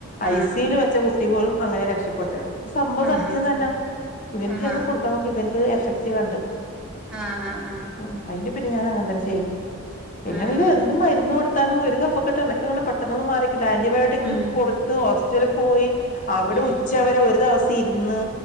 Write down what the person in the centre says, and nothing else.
ആഹ് ആഹ്
ആഹാ
ആഹാ
ആഹ ആഹ് ആഹ
ആഹ്
ഉം
ഉം